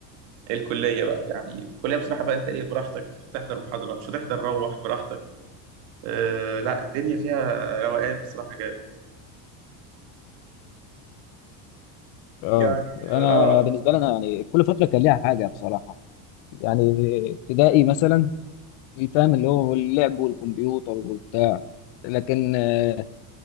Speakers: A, on the right; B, on the left.
A: الكلية بقى يعني في الكلية بصراحة بقى أنت إيه براحتك هتحضر محاضرة مش هتحضر روح براحتك آه لا الدنيا فيها روقان بصراحة جامد
B: اه
A: يعني
B: انا
A: آه
B: بالنسبه لي انا يعني كل فتره كان ليها حاجه بصراحه يعني ابتدائي مثلا فاهم اللي هو اللعب والكمبيوتر وبتاع لكن آه،